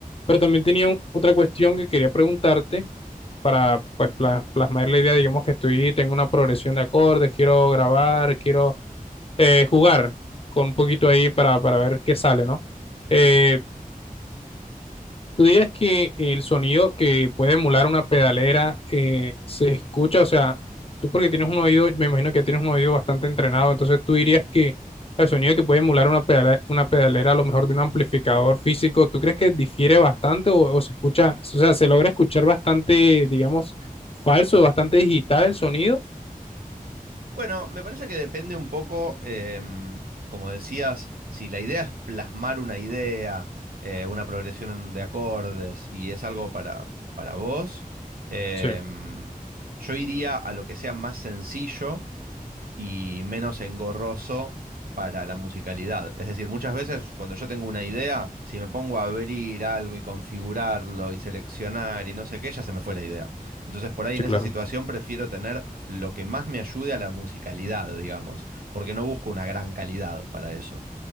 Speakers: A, on the left; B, on the right.
A: Pero también tenía un- otra cuestión que quería preguntarte para pues, pla- plasmar la idea, digamos que estoy, tengo una progresión de acordes, quiero grabar, quiero eh, jugar con un poquito ahí para, para ver qué sale, ¿no?
B: sí.
A: Eh, ¿Tú dirías que el sonido que puede emular una pedalera eh, se escucha? O sea, tú porque tienes un oído, me imagino que tienes un oído bastante entrenado, entonces tú dirías que el sonido que puede emular una pedalera, una pedalera a lo mejor de un amplificador físico, ¿tú crees que difiere bastante o, o se escucha, o sea, se logra escuchar bastante, digamos, falso, bastante digital el sonido?
B: Bueno, me parece que depende un poco, em, como decías, si la idea es plasmar una idea, eh, una progresión de acordes y es algo para, para vos, em,
A: Sí,
B: yo iría a lo que sea más sencillo y menos engorroso para la musicalidad. Es decir, muchas veces cuando yo tengo una idea, si me pongo a abrir algo y configurarlo y seleccionar y no sé qué, ya se me fue la idea. Entonces, por ahí
A: sí,
B: en esa
A: claro,
B: situación prefiero tener lo que más me ayude a la musicalidad, digamos, porque no busco una gran calidad para eso.